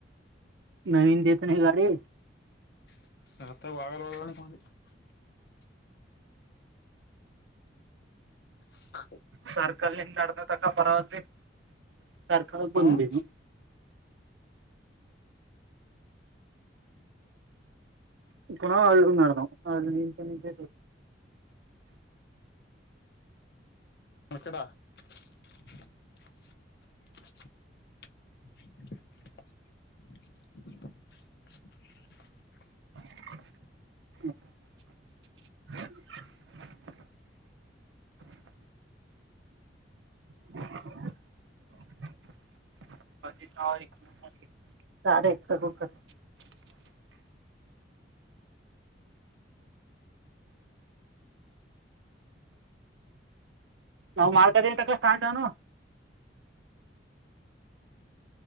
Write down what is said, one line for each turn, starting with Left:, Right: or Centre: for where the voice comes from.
Right: ನವೀನ್ ದತನ ಗಾಡಿ
Left: <unintelligible> <unintelligible>
Right: ಸರ್ಕಲ್ಿಂದ ನ್ದ ತಕ್ಕ ಪರವಾಗಿ ಸರ್ಕಾರಕ್ಕೆ ಬಂದ್ಬಡನು
Left: ಹ್ಮ್
Right: <inaudible> ಇಲ್ಲ ಆಳದ ಅ ನೀಂತ ನೀಂತ
Left: <unintelligible>
Right: <inaudible> <unintelligible> ನಾವು ಮಾಡ್ತಾದೀ ತಕ್ಕ ಸ್ಟಾರ್ಟಾನನು